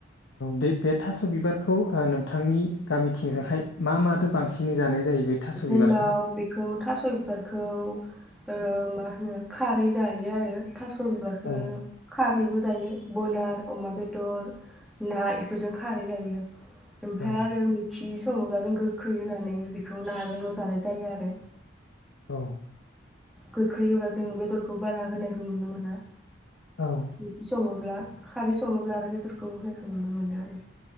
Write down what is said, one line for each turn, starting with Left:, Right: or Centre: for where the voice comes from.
Left: बे बे थास' बिबारखौ ओ नोंथांनि गामिथिङोहाय मा मादो बांसिनै जानाय जायो? बे थास'
Centre: जोंनाव
Left: बिबारखौ
Centre: बेखौ थास' बिबारखौ ओ मा होनो खारै जायो आरो थास' बिबारखो
Left: औ
Centre: खारैबो जायो बयलार अमा बेदर ना इफोरजों खारै जायो। ओमफाय
Left: औ
Centre: आरो मिखिस सङोबा जों गोखै होनानै बेख खौ नाजोंल' जानाय जायो आरो
Left: औ
Centre: गोखै होबा जों बेदरखौ बारा होनायखौ नुनो मोना।
Left: औ
Centre: मिखि सङो। ब्ला खारै सङोब्ला आरो बेदरखौ है खो नुनो मोनो आरो